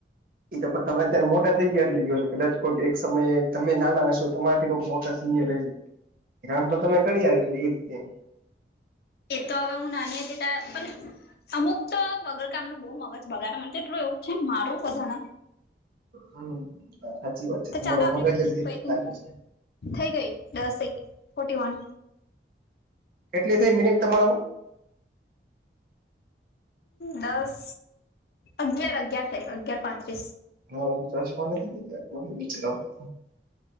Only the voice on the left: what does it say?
એ તો હવે હું નાની હતી ત્યા પણ અમુક તો વગર કામ ન બહુ મગજ બગા મને એટલું એવું છે મારું વધાર.
તો
ચાલો આપડી
મિનિટ
પયતી
થઈ ગઈ દસે, ફોટી વન.
દસ અગિયાર અગિયાર સા અગિયાર પાંત્રીસ.